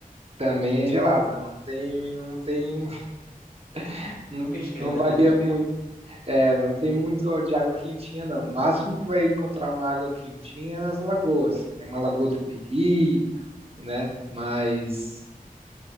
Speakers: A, on the right; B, on the left.
A: também é gelada, não tem, não tem, <laughs>
B: Nunca
A: não,
B: esquenta,
A: não varia
B: né?
A: muito. É, não tem muito de água quentinha não. O máximo que vai encontrar uma água quentinha é nas lagoas. Tem uma lagoa do Peri, né? Mas